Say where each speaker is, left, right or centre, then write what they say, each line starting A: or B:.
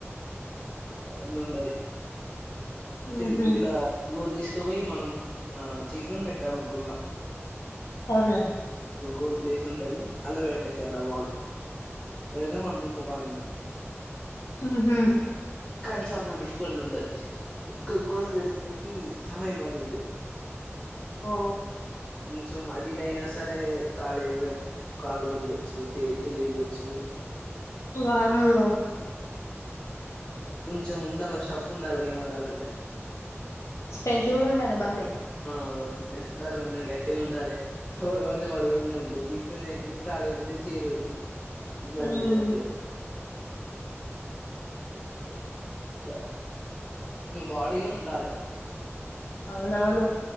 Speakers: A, on the left; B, on the left.
A: అట్లా ఉంటది సే
B: ఊహూ
A: ఇట్లా గోల్ తిస్ ఇకు పోయి మనం ఆ చేయితోని పెట్టాలి గుల్లా
B: అవునా
A: ఒకల్ ప్లేస్ ఉంటది అల్లె పెట్టేశారా ఆ బాల్ పెడితే మనకొక్క పాయింట్
B: ఆహా
A: కంచావమ డిష్ గోల్ ఉంటాది ఉత్తా గోల్ పెడితే చానా ఇబ్బంది అయితాది
B: ఓ
A: ఇంచు అటు ఇటు అయినా సరే సరే కాలురిగ్ కాలు విరగొచ్చు చేగితలు విరగొచ్చు
B: వామో
A: కొంచెం ఉండాలి స్టఫ్ ఉండాలి గేమ్ ఆడాలంటే
B: స్ట్రెంట్త్ కూడా ఉండాల బానే
A: ఆ ఫిట్నెస్ ఉండాలి కొంచెం గట్టిగా ఉండాలి ఎవడు పడితే వాడు విన్ అనుకో తిప్పి? ఇడిదిచ్చి ఇరుగుతాయ్ ఇబ్బంది
B: హ్మ్
A: జక్లె ఇట్లా ఇంకా బాడీగాని ఉండాలి
B: అవునవును